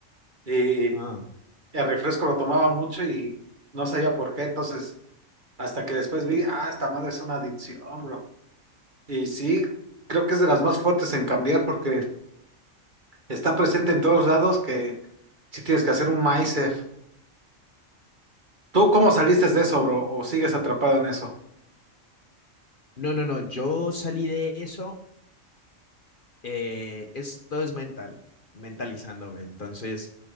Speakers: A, on the right; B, on the left.
A: Y
B: ah,
A: el refresco lo tomaba mucho y no sabía por qué, entonces, hasta que después vi, ah, esta madre es una adicción, bro. Y sí, creo que es de las más fuertes en cambiar porque... Está presente en todos lados que sí tienes que hacer un MySafe. ¿Tú cómo saliste de eso, bro? ¿O sigues atrapado en eso?
B: No, no, no, yo salí de eso, eh, esto es mental, mentalizándome. Entonces,